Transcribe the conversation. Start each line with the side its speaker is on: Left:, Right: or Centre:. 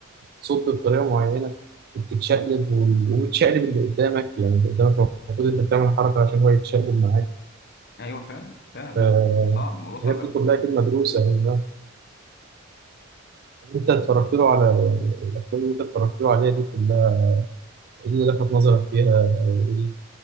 Right: وتصد بطريقه معينه وبتتشقلب وال- وتشقلب اللي قدامك يعني اللي قدامك المفروض انت بتعمل حركه عشان هو يتشقلب معاك
Left: أيوه فعلا فعلا
Right: فالحاجات
Left: الموضوع صعب الموضوع صعب أوي.
Right: دي كلها كده مدروسه يعني انت اتفرجت له على الافلام اللي انت اتفرجت له عليها دي كلها ايه اللي لفت نظرك فيها او ايه اللي